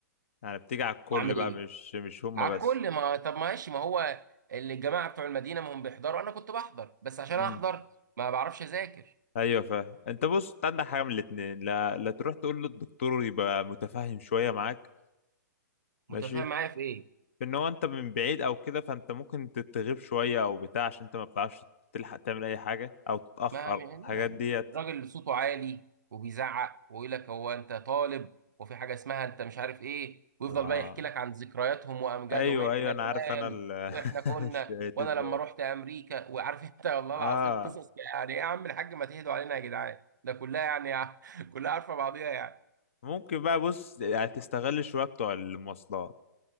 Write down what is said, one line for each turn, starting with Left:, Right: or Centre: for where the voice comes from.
Left: يعني بتيجي على الكل
Right: اعمل
Left: بقى
Right: ايه؟
Left: مش مش هما
Right: على
Left: بس
Right: الكل ما طب ماشي ما هو اللي الجماعة بتوع المدينة ما هم بيحضروا انا كنت بحضر بس عشان
Left: مم.
Right: احضر ما بعرفش اذاكر
Left: ايوه فاهم انت بص انت عندك حاجة من الاتنين لا لا تروح تقول للدكتور يبقى متفاهم شوية معاك ماشي
Right: متفاهم معايا في ايه؟
Left: ان هو انت من بعيد او كده فانت ممكن تتغيب شويه او بتاع عشان انت ما بتعرفش تلحق تعمل اي حاجه او تتاخر
Right: ما نعم
Left: الحاجات ديت
Right: الراجل اللي صوته عالي وبيزعق ويقول لك هو انت طالب وفي حاجه اسمها انت مش عارف ايه ويفضل
Left: اه
Right: بقى يحكي لك عن ذكرياتهم وامجادهم
Left: ايوه
Right: احنا
Left: ايوه انا
Right: زمان
Left: عارف انا ال-
Right: واحنا كنا
Left: <laughs> الشيات
Right: وانا
Left: دول
Right: لما رحت امريكا وعارف انت <laughs> والله العظيم
Left: اه
Right: قصص يعني ايه يا عم الحاج ما تهدوا علينا يا جدعان ده كلها يعني <laughs> كلها عارفه بعضيها يعني
Left: ممكن بقى بص يعني تستغل شويه بتوع المواصلات